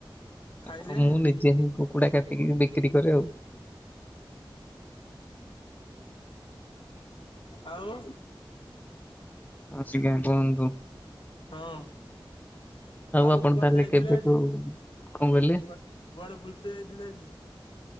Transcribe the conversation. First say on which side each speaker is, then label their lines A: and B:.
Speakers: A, on the left (about 70°); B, on the left (about 20°).
A: ଖାଇ
B: ଆଉ
A: ସାଇଲେଣି?
B: ମୁଁ ନିଜେ ହିଁ କୁକୁଡା କାଟିକି ବିକ୍ରି କରେ ଆଉ।
A: ଆଉ
B: ଆଜ୍ଞା କୁହନ୍ତୁ
A: ହଁ। ଆଉ
B: ଆପଣ
A: କୁଆଡେ
B: ତାହେଲେ
A: ଯାଇଥିଲେ
B: କେବେଠୁ
A: ଆଜି?
B: କଣ କହିଲେ
A: କୁଆ କୁଆଡେ ବୁଲିତେ ଯାଇଥିଲେ ଆଜି?